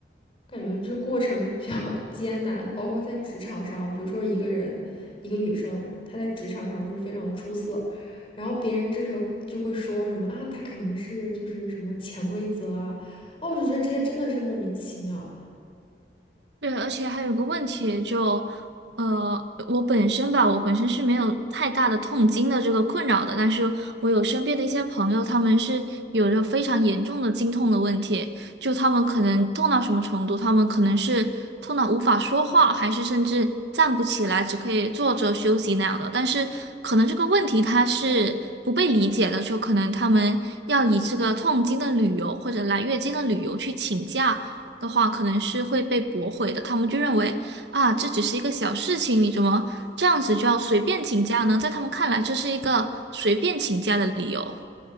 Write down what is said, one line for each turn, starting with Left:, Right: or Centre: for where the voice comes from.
Left: 感觉这过程就比较 <laughs> 艰难，包括在职场上，比如说一个人一个女生她在职场上就是非常的出色。然后别人这时候就会说什么啊，他肯定是就是什么潜规则啊，哦，我就觉得这些真的是莫名其妙
Right: 对，而且还有个问题就，呃，我本身吧，我本身是没有太大的痛经的这个困扰的，但是我有身边的一些朋友，他们是有着非常严重的经痛的问题，就他们可能痛到什么程度，他们可能是痛到无法说话，还是甚至站不起来，只可以坐着休息那样的。但是可能这个问题它是不被理解的，就可能他们要以这个痛经的理由或者来月经的理由去请假。的话，可能是会被驳回的。他们就认为啊，这只是一个小事情，你怎么这样子就要随便请假呢？在他们看来，这是一个随便请假的理由。